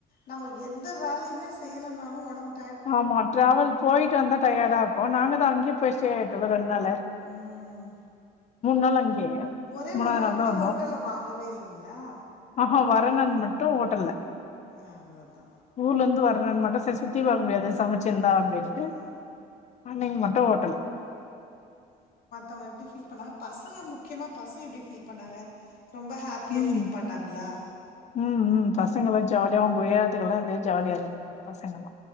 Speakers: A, on the left; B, on the left.
A: நம்ம எந்த வேலையுமே செய்யலைனாலும் ஒடம்புக்கு.
B: ஆமா டிராவல் போயிட்டு வந்தா டயடா இருக்கு நாங்கதா அங்கயே போய் ஸ்டே ஆயிட்டோல்ல இரண்டு நாள்.
A: உஹம்.
B: நாள் அங்கயே
A: ஒரே
B: மூணாவது
A: ஒரு நாள் கூட
B: தா வந்தோ
A: ஹோட்டல்ல வாங்கவே இல்லைங்களா.
B: ஆஹ வரணாள் மட்டும் ஹோட்டல்ல.
A: ஆ அவ்ளோதா
B: ஊர்ல இருந்து வர்ரதுனால மட்டும் சுத்தி வாங்க முடியாது சமைச்சிருந்தா அப்படின்ட்டு
A: ஆ
B: அன்னைக்கு மட்டும் ஹோட்டல்.
A: அவங்க எப்படி ஃபீல் பண்ணாங். பசங்க முக்கியமா பசங்க எப்படி ஃபீல் பண்ணாங்க. ரொம்ப ஹாப்பியா
B: உம்
A: ஃபீல் பண்ணாங்களா
B: உம் உம் பசங்களா ஜாலியா அவங்க உயறத்துக்கெல்லா எந். ஜாலியா இருந்தாங்க பசங்கல்லா.